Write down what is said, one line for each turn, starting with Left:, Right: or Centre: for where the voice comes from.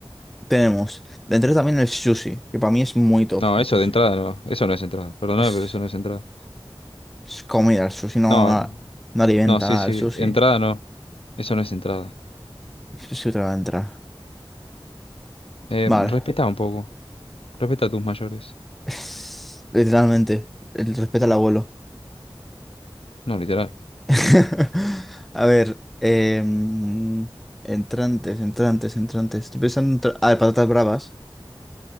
Centre: tenemos. Dentro también el sushi, que para mí es muy top
Left: No,
Centre: el
Left: eso
Centre: sushi.
Left: de entrada no, eso no es entrada. Perdóname,
Centre: Es,
Left: pero eso no es entrada.
Centre: es comida, el sushi no,
Left: No, no.
Centre: no alimenta
Left: No, sí,
Centre: nada,
Left: sí.
Centre: el sushi.
Left: Entrada no. Eso no es entrada.
Centre: El sushi te va a entrar.
Left: Eh,
Centre: Vale.
Left: respeta un poco. Respeta a tus mayores.
Centre: <laughs> Es- Literalmente, el respeto al abuelo.
Left: No, literal.
Centre: <laughs> A ver, em, entrantes, entrantes, entrantes. Estoy pensando en... tra- Ah, de patatas bravas,